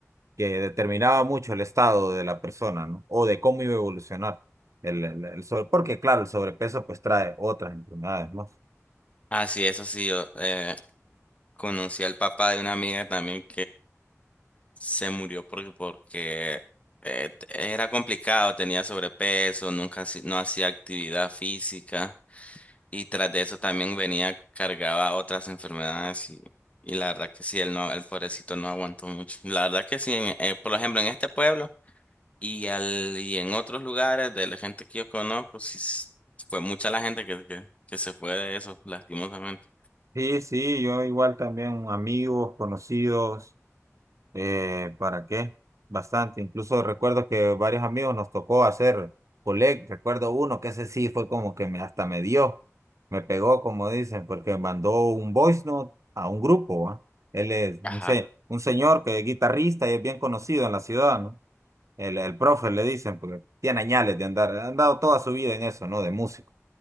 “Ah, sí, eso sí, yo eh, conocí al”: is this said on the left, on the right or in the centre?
Left